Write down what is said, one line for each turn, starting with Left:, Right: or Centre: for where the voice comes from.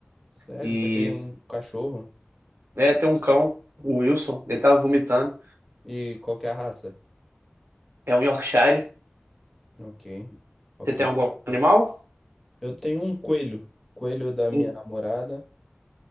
Centre: Sério,
Right: e
Centre: você tem cachorro?
Right: é, tem um cão, o Wilson, ele tava vomitando.
Centre: E qual que é a raça?
Right: É um Yorkshire.
Centre: Ok, ok.
Right: Você tem algum animal?
Centre: Eu tenho um coelho. Coelho da minha
Right: Hum.
Centre: namorada.